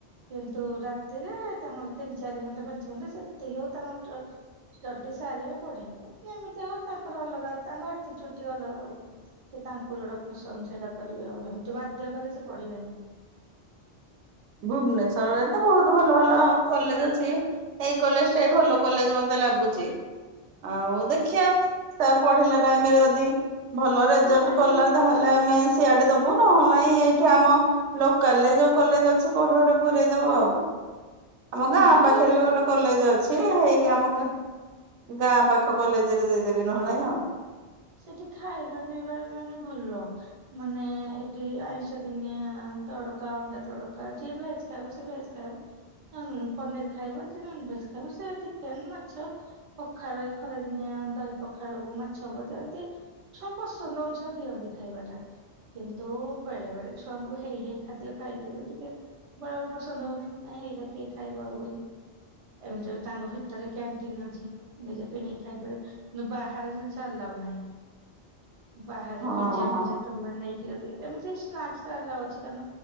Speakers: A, on the right; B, on the right.
A: କିନ୍ତୁ ରାତିରେଏ ତାଙ୍କର ତିନି ଚାରି ଘଣ୍ଟା ପାଞ୍ଚ ଘଣ୍ଟା ସେତିକି ଆଉ ତାଙ୍କର ଷ୍ଟଡି ସାରିବେ ପଢିବେ ଯେମିତି ହଉ ତାଙ୍କର ଅଲଗା ତାଙ୍କ ଆଟିଚିଉଡ୍ ଅଲଗା ଆଉ। ସେ ତାଙ୍କୁ ଯୋଉଟା ପସନ୍ଦ ସେଇଟା କରିବେ ଆଉ ହେନ୍ତି ବାଧ୍ୟ କଲେ ସେ ପଢିବେନି।
B: ଭୁବନେଶ୍୍ୱରରେ ତ ବହୁତ ଭଲ ଭଲ କଲେଜ ଅଛି ଏଇ କଲେଜ ଟା ଭଲ କଲେଜ ମତେ ଲାଗୁଚି ଆଉ ଦେଖିଆ ସେ ପଢିଲା ପାଇମେ ରଦିଇ ଭଲ ରେଜଲ୍ଟ
A: ହଁ ହେଠି
B: କଲା ତାହେଲେ ଆମେ ସିଆଡେ
A: ହେଠି
B: ଦବୁ ନହେଲୋନାଇଁ ଏଇଠି ଆମ ଲୋକାଲ୍ ରେ ଯୋଉ କଲେଜ ଅଛି। କୋଉଠି ଗୋଟେ ପୁରେଇ ଦବ ଆଉ। ଆମ
A: ହଁ
B: ଗାଁ
A: ହେଠି
B: ପାଖରେ
A: ମାନେ
B: ବି ଗୋଟେ କଲେଜ ଅଛି
A: ଖାଇବା
B: ହେଇ ଆମ ଗା ଗାଁ ପାଖ କଲେଜ ରେ ଦେଇଦେବେ। ନହେଲେ ନାଇଁ ଆଉ।
A: ସେଠି ଖାଇବା ପିଇବା ବି ମାନେ ଭଲଅ ମାନେ ଏଇଟି ଆଇଁଷ ଦିନିଆ ତଡକା ଅଣ୍ଡା ତଡକା ଯିଏ ଭେଜ ଖାଇବ ସେ ଭେଜ ଖାଇବ ନ୍-ପନିର ଖାଇବ ଯିଏ ନନ୍ ଭେଜ ଖାଇବ ସେ ଚିକେନ୍ ମାଛ ପଖାଳ ଏଇ ଖରା ଦିନିଆ ଦହି ପଖାଳକୁ ମାଛ ଭଜା। ଛୁଆ ପସନ୍ଦ ଅନୁ ତ-ଦିଅନ୍ତି ଖାଇବା ଟା କିନ୍ତୁଉ ବେଳେ ବେଳେ ଛୁଆଙ୍କୁ ହେଇ ହେଇ ଖାଦ୍ୟ ଖାଇକି ବି ଟିକେ ବେଳେବେଳେ ପସନ୍ଦ ହଉନି ନା ହେଇରା କିଏ ଖାଇବ ବୋଲି ଏମିତି ବି ତାଙ୍କ ଭିତରେ କ୍ୟାଣ୍ଟିନ୍ ଅଛି ନିଜେ କିଣିକି ଖାଇପାରିବ କିନ୍ତୁ ବାହାରଅ ଜିନିଷ ଆଲାଉ ନାହିଁ। ବାହାରେ
B: ହଁ
A: ପିଜଜା
B: ହଁ
A: ଫିଜା ତମ ମାନେ। ଏମିତି ସ୍ନାକ୍ ଆଲ୍ଲାଓ ଅଛି କାରଣ